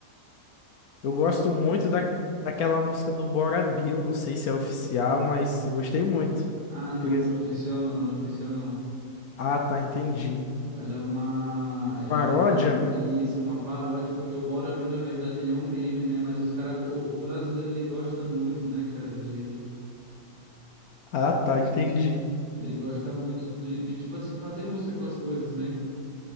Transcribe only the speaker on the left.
Eu gosto muito da, daquela música do Bora Bill, não sei se é oficial, mas eu gostei muito.
Queria-
Ah, tá, entendi.
Paródia?
Ah, tá, entendi.